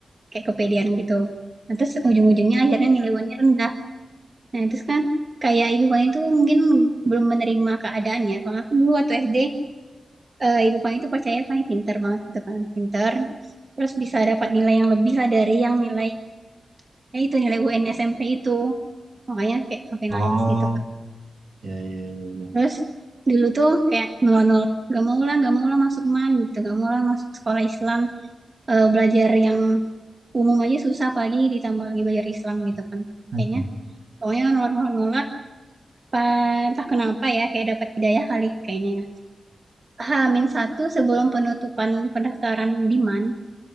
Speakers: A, on the right; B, on the right.
A: kayak kepedean gitu. Nah, terus ujung-ujungnya akhirnya nilai UN-nya rendah. Nah, terus kan kayak ibu Fani itu mungkin belum menerima keadaannya. Soalnya kan dulu waktu SD, eh, ibu Fani itu percaya Fani pintar banget gitu kan, pintar. Terus bisa dapat nilai yang lebih lah dari yang nilai ya itu nilai UN SMP itu makanya kayak sampai
B: Oh,
A: nangis gitu kan
B: iya, iya, iya, iya.
A: terus dulu tuh kayak nol nol gak mau lah gak mau lah masuk MAN gitu gak mau lah masuk sekolah Islam Eh, belajar yang umum aja susah pagi ditambah lagi belajar Islam gitu kan
B: Hmm.
A: kayaknya pokoknya nolak nolak nolak Pa- entah kenapa ya kayak dapat hidayah kali kayaknya ya Hamin satu sebelum penutupan pendaftaran di MAN